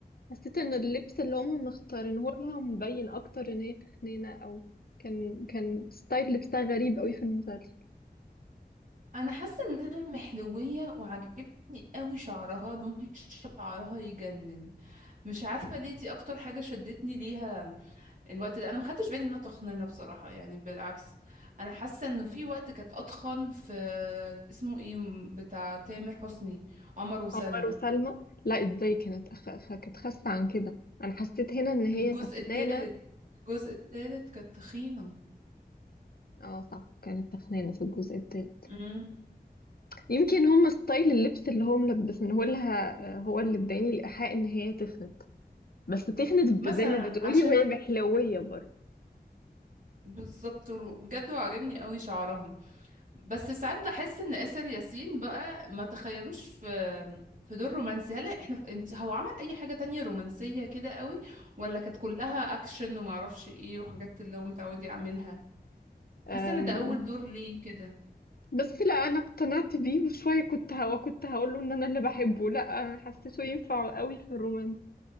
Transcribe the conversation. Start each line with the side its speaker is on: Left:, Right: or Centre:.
Left: حسيت ان اللبس اللي هم مختارينه لها مبين اكتر ان هي تخينه او كان كان ستايل لبسها غريب قوي في المسلسل
Right: انا حاسه انها محلويه وعجبني قوي شعرها لون شعرها يجنن مش عارفه ليه دي اكتر حاجه شدتني ليها الوقت ده انا ما خدتش بالي انها تخنانه بصراحه يعني بالعكس انا حاسه انه في وقت كانت اتخن في اسمه ايه بتاع تامر حسني عمر وسلمى
Left: عمر وسلمى لا ازاي كانت أخ... أخ- كانت خاسه عن كده انا حسيت هنا ان هي
Right: الجزء
Left: تخنانه
Right: الثالث الجزء الثالث كانت تخينه
Left: اه صح كانت تخنانه في الجزء التاني
Right: امم
Left: يمكن هم ستايل اللبس اللي هم ملبسينه لها آه، هو اللي اداني الايحاء ان هي تخنت بس تخنت ب-
Right: مثلا
Left: زي ما بتقولي
Right: عشان
Left: وهي محلويه برضه
Right: بالظبط بجد وعجبني قوي شعرها بس ساعات بحس ان آسر ياسين بقى ما تخيلوش في في دور رومانسي هل احنا انت هو عمل اي حاجة تانية رومانسية كده قوي ولا كانت كلها اكشن وما اعرفش ايه وحاجات اللي هو متعود يعملها
Left: امم
Right: حاسة ان ده اول دور ليه كده
Left: بس لا انا اقتنعت بيه وشويه كنت هو كنت هقول له ان انا اللي بحبه لا حسيته ينفع قوي في الرومانس